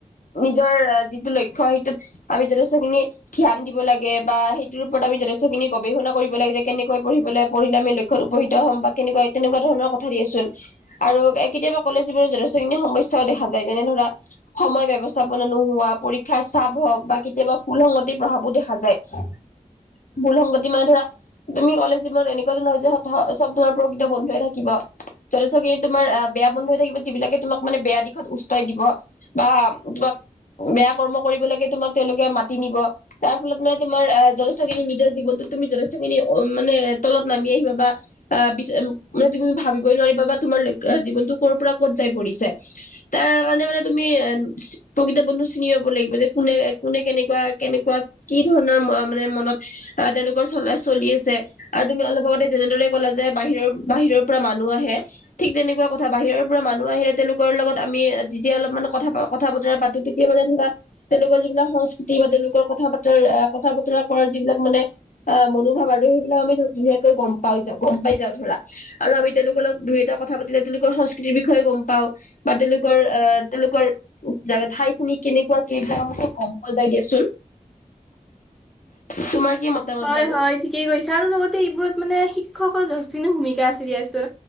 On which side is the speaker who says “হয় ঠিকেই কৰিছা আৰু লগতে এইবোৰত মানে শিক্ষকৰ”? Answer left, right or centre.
Centre